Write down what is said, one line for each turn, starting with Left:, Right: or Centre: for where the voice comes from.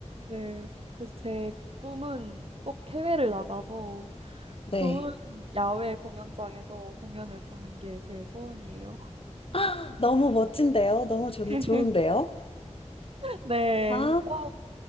Right: 네. 그래서 제 꿈은 꼭 해외를 나가서
Left: 네.
Right: 좋은 야외 공연장에서 공연을 보는 게 제 소원이에요.
Left: <gasps> 아, 너무 멋진데요? 너무 좋,
Right: <laughs>
Left: 좋은데요?
Right: 네.
Left: 아,
Right: 와,